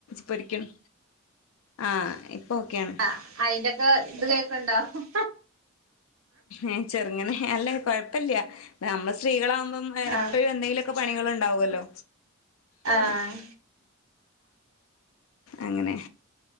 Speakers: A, on the left; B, on the right.
A: പൊരിക്കണം ആഹ് ഇപ്പൊ ഓക്കെയാണ്
B: ആ അയിന്റെക്കെ ഇത് കേക്കണ്ടോ ഉ
A: ഏ ചെറുങ്ങനെ അല്ല കൊഴപ്പില്ല നമ്മ സ്ത്രീകളാാവുമ്പം
B: ആഹ്
A: എപ്പഴും എന്തെങ്കിലുമൊക്കെ പണികളുണ്ടാവല്ലോ ആ
B: ആഹ്
A: അങ്ങനെ